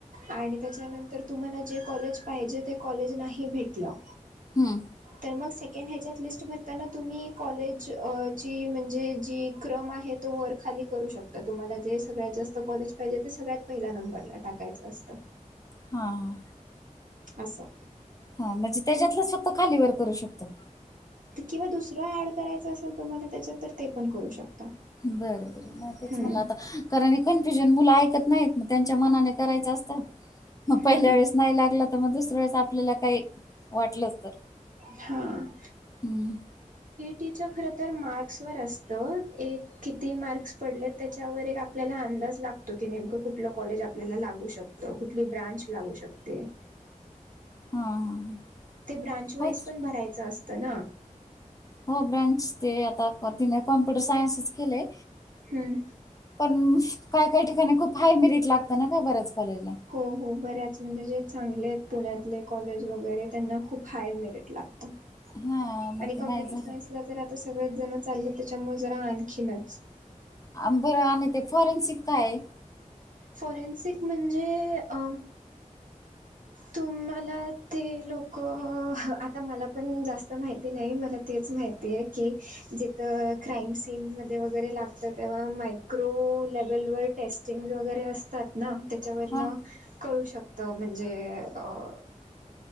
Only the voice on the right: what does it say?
आणि त्याच्यानंतर तुम्हाला जे कॉलेज पाहिजे ते कॉलेज नाही भेटलं.
तर मग सेकंड ह्याच्यात लिस्ट भरताना तुम्ही कॉलेजची म्हणजे जी. क्रम आहे तो वर खाली करू शकतो. तर तुम्हाला जे सगळ्यात जास्त कॉलेज पाहिजे ते सगळ्यात पहिला नंबरला टाकायचं असतं.
असं.
ते किंवा दुसरं ऍड करायचं असेल तुम्हाला त्याच्यात तर ते पण करू शकता.
हम्म
हम्म
हा.
तिच्या खरं तर मार्क्स वर असतं, एक किती मार्क्स पडले त्याच्यावर एक आपल्याला अंदाज लाग तो की नेमकं कुठलं कॉलेज आपल्याला लागू शकतं, कुठली ब्रांच लागू शकते?
ते ब्रांच वाईज
पण भरायचं असतं ना.
हम्म.
हो हो, बऱ्याच म्हणजे जे चांगले आहेत पुण्यातले कॉलेज वगैरे त्यांना खूप हाय मिरिट लाग त
आणि
कम्प्यूटर
सायन्स ला जरा आता सगळेच जण चाललेत त्याच्यामुळे जरा आणखीनच.
फॉरेन्सिक म्हणजे अ तुम्हाला ते लोकं, आता मला पण जास्त माहिती नाही, मला तेच माहिती आहे की जिथं क्राईम सीनमध्ये वगैरे लागतं तेव्हा मायक्रो लेवलवर टेस्टिंगज वगैरे असतात ना त्याच्यावरनं
कळू शकतं म्हणजे अ